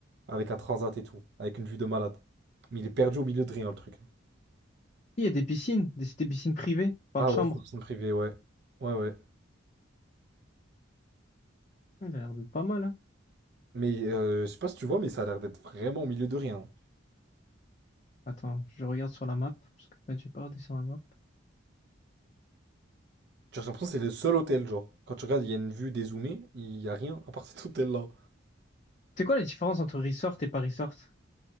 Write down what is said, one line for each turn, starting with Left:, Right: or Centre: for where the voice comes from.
Right: avec un transat et tout, avec une vue de malade. Mais il est perdu au milieu de rien, le truc.
Left: Il y a des piscines, des, des piscines privées par
Right: Ah
Left: chambre.
Right: ouais, c'est une piscine privée, ouais. Ouais, ouais.
Left: Ouais, Il a l'air de pas mal, hein.
Right: Mais euh, je sais pas si tu vois, mais ça a l'air d'être vraiment au milieu de rien.
Left: Attends, je regarde sur la map, parce que là, j'ai pas regardé sur la map.
Right: Genre, J'ai l'impression que c'est le seul hôtel, genre. Quand tu regardes, il y a une vue dézoomée, il y a rien à part cet hôtel-là.
Left: C'est quoi la différence entre resort et pas resort?